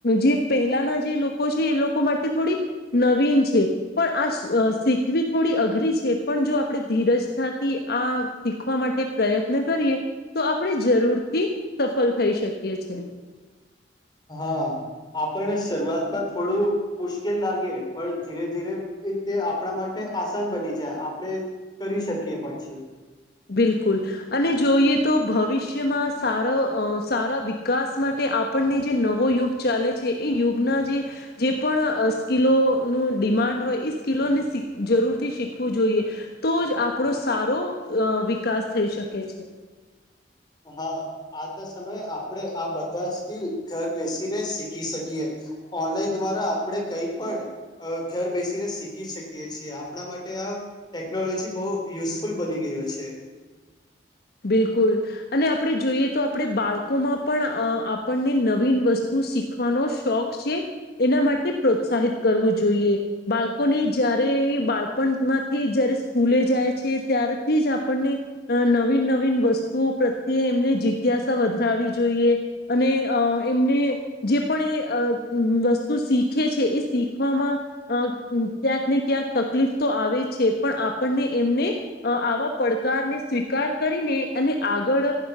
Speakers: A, on the left; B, on the left.
A: જે પહેલાના જે લોકો છે, એ લોકો. માટે થોડી નવીન છે, પણ આ શીખવી થોડી અઘરી છે, પણ જો આપણે ધીરજતાથી આ શીખવા માટે પ્રયત્ન કરીએ તો આપણે જરૂરથી. સફળ થઈ શકીએ છે.
B: હા. આપણને શરૂઆતમાં થોડું મુશ્કેલ લાગે પણ ધીરે ધીરે એ તે આપણા માટે. આસાન બની જાય આપણેે કરી શકીએ પછી.
A: બિલકુલ અને જોઈએ તો ભવિષ્યમાં સારા સારા વિકાસ માટે. તે આપણને જે નવો યુગ ચાલે છે, એ યુગના જે જે પણ સ્કીિલોનું ડિમાન્ડ હોય એ <unintelligible> જરૂરથી શીખવું જોઈએ તો જ આપણો સારો. અ વિકાસ થઈ શકે છે.
B: હા આજના સમયે આપણેે આ બધા સ્કીલ ઘર બેસીને શીખી શકીએ. ઓનલાઈન દ્વારા આપણે કઈ પણ ઘર બેસીને શીખી શકીએ છીએ આપણા માટે. ટેકનોલોજી બહુ યુઝફુલ બની ગયો છે.
A: બિલકુલ અને આપણે જોઈએ તો આપણે બાળકોમાં પણ આપણને નવીન વસ્તુ. શીખવાનો શોખ છે, એના માટે પ્રોત્સાહિત કરવું જોઈએ બાળકોને જ્યારે. બાળપણ માંથી જયારે સ્કૂલે જાય છે, ત્યારેથી જ આપણને. નવીન નવીન વસ્તુઓ પ્રત્યે એમને જિજ્ઞાસા વધરાવી જોઈએ અને એમને. જે પણ વસ્તુ શીખે છે, એ શીખવામાં ક્યાં. ક્યાંક તકલીફ તો આવે છે, પણ આપણને એમને આવા પડકારને સ્વીકાર. કરીને અને આગળ